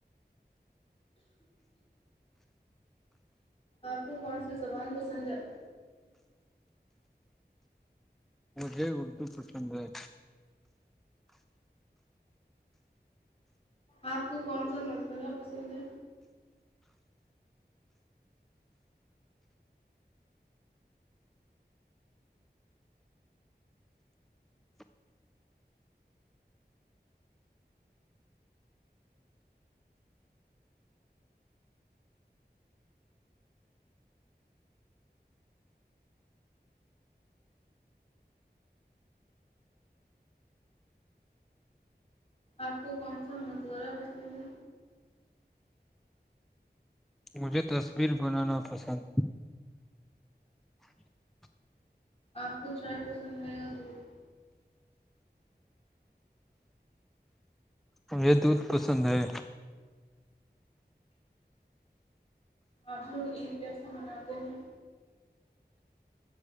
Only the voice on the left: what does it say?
آپ کو کون سی زبان پسندھ ہے
آپ کو کون سا مسغ پسند ہے آپ کو کون سا مشغورہ پسند ہے
آپ کو چائے پسند آئے گا دودھ
آپ لوگ عید کیسے مناتے ہیں